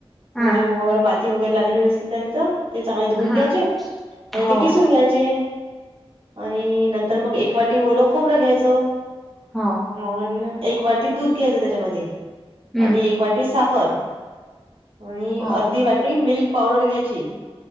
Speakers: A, on the right (about 65°); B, in the centre.
A: म्हणजे
B: हम्म
A: वर माती वगैरे, लागली असती त्याले त ते चांगले धुऊून
B: हम्म
A: घ्यायचे आणि
B: हो
A: ते किसून
B: हो
A: घ्यायचे. आणि नंतर मग, एक वाटी, ओल खोबरं घ्यायचं.
B: हा.
A: <unintelligible> ह एक वाटी, दूध घ्यायचं त्याच्यामध्ये
B: हम्म
A: आणि एक वाटी साखर अणि
B: हो
A: अर्धी वाटी, मिल्क पावडर घ्यायची,